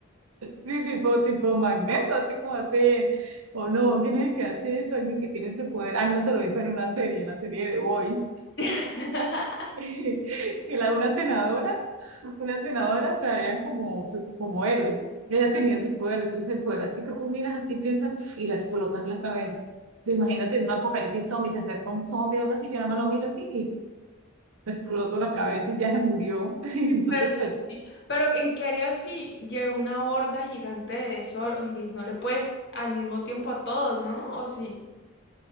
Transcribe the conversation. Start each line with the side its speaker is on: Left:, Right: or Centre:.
Right: Sí, tipo, tipo Magneto, así como hace, o no, ¿quién es el que hace eso? Alguien que tiene ese poder. Ah, no, eso lo hizo en una serie, en la serie de The Voice,
Left: <laughs>
Right: <laughs> que la, una senadora, una senadora, o sea, eran como, su- como héroes. Ella tenía ese poder, entonces el poder, así que tú miras así, piensas pf, y la explotas la cabeza. Te imagínate en un apocalipsis zombie, se acerca un zombie o algo así, yo nada más lo miro así y le exploto la cabeza y ya se murió. <laughs> Entonces,
Left: Pues
Right: pues,
Left: sí, pero ¿en qué harías si llega una horda gigante de zombies? No le puedes al mismo tiempo a todos, ¿no? ¿O sí?